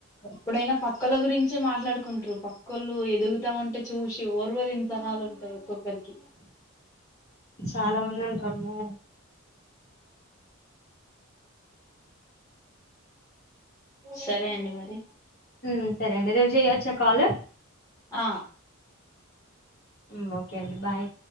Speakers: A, on the left; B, on the left.
A: ఎప్పుడైనా పక్కల గురించే మాట్లాడుకుంటురు పక్కోళ్ళు ఎదుగుతా ఉంటే చూసి ఓర్వలుం తనాలు ఉంటాయి ఒక్కొక్కరికి
B: చాలా మంది ఉంటారు అమ్మో
A: సరే అండి మరి
B: హ్మ్ సరే అండి రేపు చేయచ్చ కాలు
A: ఆ
B: హ్మ్ ఓకే అండి బాయ్